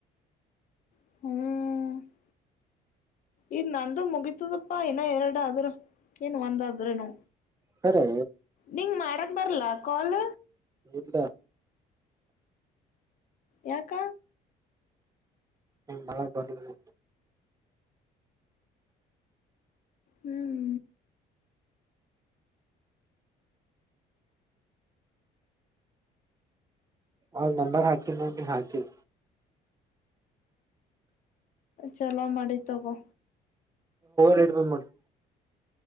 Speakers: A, on the left (about 50°); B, on the right (about 20°).
A: ಹ್ಮ್ ಇನ್ ನಂದು ಮುಗಿತದಪ್ಪಾ ಇನ್ನ ಎರಡ ಆದ್ರ ಏನ್ ಒಂದ ಆದ್ರೆನು
B: ಕರೆ
A: ನಿಂಗ ಮಾಡಕ್ ಬರ್ಲ ಕಾಲ್
B: ಇಲ್ಲ
A: ಯಾಕ
B: ನಂಗೆ ಮಾಡೋಕೆ ಬರಲ್ಲ
A: ಹ್ಮ್
B: ಅವನ್ ನಂಬರ್ ಹಾಕಿದಿ ನೋಡು ಹಾಕಿ ನೀ
A: ಚಲೋ ಮಾಡಿ ತಗೋ
B: ಲೈಟ್ ಬಂದ್ ಮಾಡ <inaudible>